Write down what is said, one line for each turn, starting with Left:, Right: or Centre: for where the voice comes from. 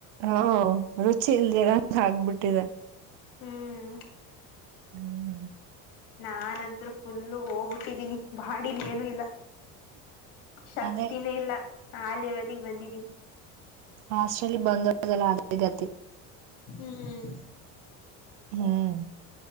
Right: ಹಾ ರುಚಿ ಇಲ್ದಿರ ಹಗ್ಬಿಟ್ಟಿದೆ
Left: ಹ್ಮ್
Right: ಹ್ಮ್
Left: ನಾನಂಟ್ರು ಫುಲ್ಲ ಹೋಗ್ಬಟ್ಟಿದ್ದೀನಿ ಬಾಡಿಲಿ ಏನು ಇಲ್ಲ ಶಕ್ತಿನೇ
Right: ಅದೇ
Left: ಇಲ್ಲ ಆ ಲೆವೆಲ್ಗೆ ಬಂದಿದೀನಿ
Right: ಹಾಸ್ಟೆಲ್ ಬಂದವ್ರಿಗೆಲ್ಲ ಅದಗತಿ
Left: ಹ್ಮ್
Right: ಹ್ಮ್